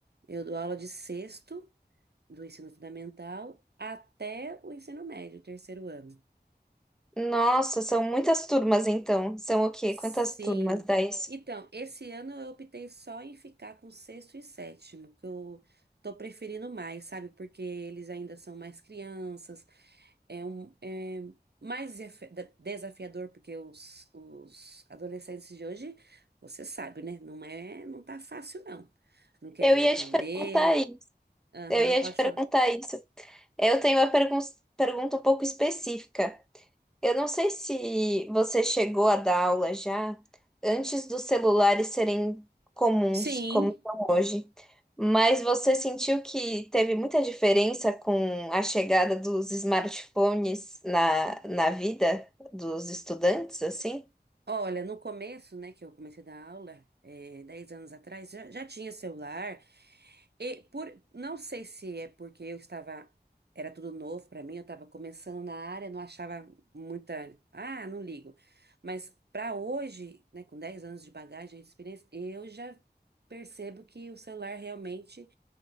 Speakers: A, on the right (about 70°); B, in the centre.
A: Eu dou aula de sexto. do ensino fundamental até o ensino médio, o terceiro ano.
B: Nossa, são muitas turmas então. São o quê?
A: Sim.
B: Quantas turmas dá isso?
A: Então, esse ano eu optei só em ficar com sexto e sétimo, que eu tô preferindo mais, sabe? Porque eles ainda são mais crianças, é um é mais desafi- da- desafiador, porque os, os adolescentes de hoje, você sabe, né? Não é, não tá fácil, não. Não querem
B: Eu ia
A: aprender.
B: te perguntar isso.
A: Aham,
B: Eu ia
A: pode
B: te perguntar
A: falar.
B: isso. Eu tenho uma pergun pergunta um pouco específica. Eu não sei se você chegou a dar aula já antes dos celulares serem comuns,
A: Sim.
B: como são hoje, mas você sentiu que teve muita diferença com a chegada dos smartphones na, na vida dos estudantes, assim?
A: Olha, no começo, né, que eu comecei a dar aula, é, 10 anos atrás, já, já tinha celular, e por, não sei se é porque eu estava, era tudo novo para mim, eu estava começando na área, não achava muita, ah, não ligo. Mas para hoje, né, com 10 anos de bagagem, de experiência, eu já percebo que o celular realmente